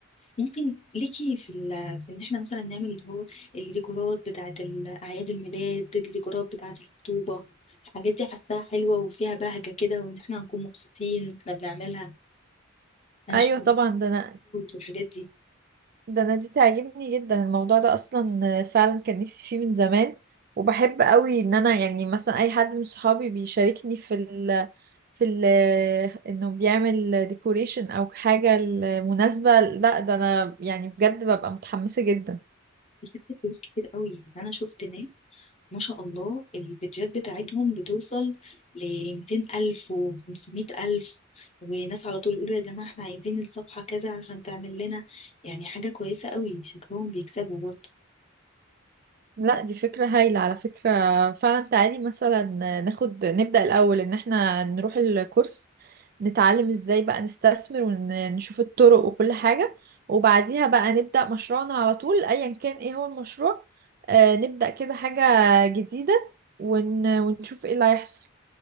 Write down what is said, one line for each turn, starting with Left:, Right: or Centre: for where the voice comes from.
Left: ممكن ليكي في, ال... في ان احنا مثلا نعمل اللي هو الديكورات بتاعة اعياد الميلاد الديكورات بتاعة الخطوبة الحاجات دي حاساها حلوة وفيها بهجة كده وان احنا هنكون مبسوطين واحنا بنعملها انا
Right: ايوه
Left: شفت
Right: طبعا ده انا
Left: الحاجات دي
Right: ده انا دي تعجبني جدا الموضوع ده اصلا فعلا كان نفسي فيه من زمان وبحب قوي ان انا يعني مثلا اي حد من صحابي بيشاركني في ال في ال انه بيعمل ديكوريشن او حاجة لمناسبة لا ده انا يعني بجد ببقى متحمسة جدا
Left: بتكسب فلوس كتير قوي انا شفت ناس ما شاء الله البيدجات بتاعتهم بتوصل ل 200 ألف و 500 ألف وناس على طول يقولوا يا جماعة احنا عايزين الصفحة كذا عشان تعمل لنا يعني حاجة كويسة قوي شكلهم بيكسبوا برضه
Right: لا دي فكرة هايلة على فكرة فعلا تعالي مثلا ناخد نبدأ الأول إن احنا نروح الكورس نتعلم ازاي بقى نستثمر ونشوف الطرق وكل حاجة وبعديها بقى نبدأ مشروعنا على طول أيا كان ايه هو المشروع آه، نبدأ كده حاجة جديدة ون... ونشوف ايه اللي هيحصل